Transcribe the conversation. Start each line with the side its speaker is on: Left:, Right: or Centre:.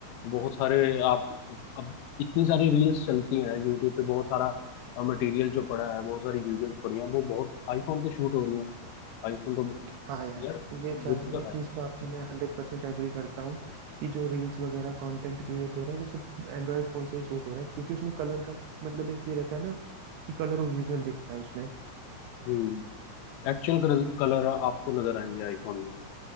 Left: बहुत सारे आप अब इतनी सारी रील्स चलती हैं यूट्यूब पे बहुत सारा मटेरियल जो पड़ा है बहुत सारी वीडियोस पड़ी हैं वो बहुत आईफोन पे शूट हो रही हैं आईफोन तो
Right: हाँ यार
Left: यार
Right: ये चार्ज
Left: ये भी तो
Right: ये चीज
Left: है
Right: तो आपकी मैं हंड्रेड परसेंट एग्री करता हूँ कि जो रील्स वगैरह कंटेंट क्रिएट हो रहा है वो सब एंड्रॉयड फोन से ही शूट हो रहा है क्योंकि उसमें कलर का मतलब एक ये रहता है ना कि कलर ओरिजिनल दिखता है उसमें
Left: हम्म एक्चुअल कलर आपको नजर आएंगे आईफोन में